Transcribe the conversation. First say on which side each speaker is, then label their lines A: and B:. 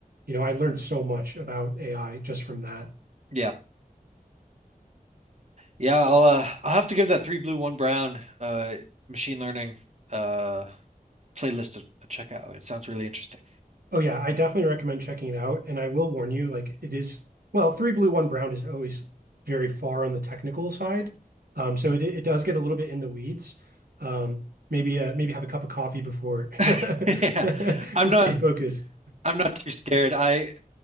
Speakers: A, on the right; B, on the right.
A: you know, I learned so much about AI just from that.
B: yeah. Yeah, I'll uh I'll have to give that three blue, one brown uh machine learning uh playlist a, a check out. It sounds really interesting.
A: Oh yeah, I definitely recommend checking it out. And I will warn you, like it is, well, three blue, one brown is always very far on the technical side. Um, so it it does get a little bit in the weeds. Um, maybe uh, maybe have a cup of coffee before
B: <laughs>
A: <laughs> to
B: Yeah. I'm
A: stay
B: not
A: focused.
B: I'm not too scared. I